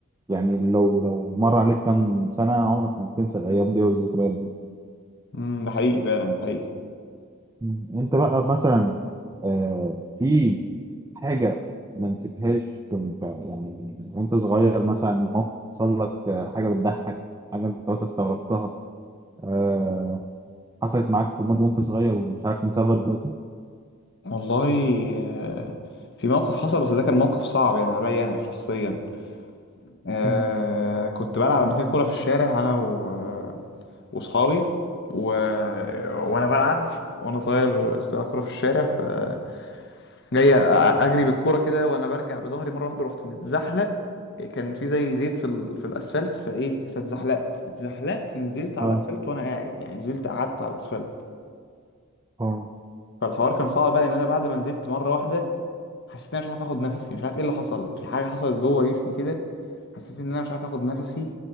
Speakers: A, on the right (about 15°); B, on the left (about 55°).
A: يعني لو لو مر عليك كام سنة عمرك ما هتنسى الأيام دي والذكريات دي
B: امم ده حقيقي فعلا ده حقيقي
A: مم. أنت بقى مثلا آه في حاجة ما نسيتهاش كنت يعني وأنت صغير مثلا موقف حصل لك آه، حاجة بتضحك حاجة أنت بس استغربتها آه حصلت معاك في الماضي وأنت صغير ومش عارف تنساها لغاية دلوقتي؟
B: والله آه، في موقف حصل بس ده كان موقف صعب يعني عليا انا شخصيا آه
A: مم.
B: كنت بلعب قبل كده كورة في الشارع أنا و... وصحابي و... وأنا بلعب وأنا صغير كنت بلعب كورة في الشارع فجاي أجري بالكورة كده وأنا برجع بظهري مرة واحدة رحت متزحلق كان في زي زيت في, ال... في الأسفلت فإيه فاتزحلقت اتزحلقت نزلت على
A: اه
B: الأسفلت وأنا قاعد يعني نزلت قعدت على الأسفلت
A: اه
B: فالحوار كان صعب بقى لأن أنا بعد ما نزلت مرة واحدة حسيت ان انا مش عارف اخد نفسي مش عارف ايه اللي حصل في حاجه حصلت جوه جسمي كده حسيت ان انا مش عارف اخد نفسي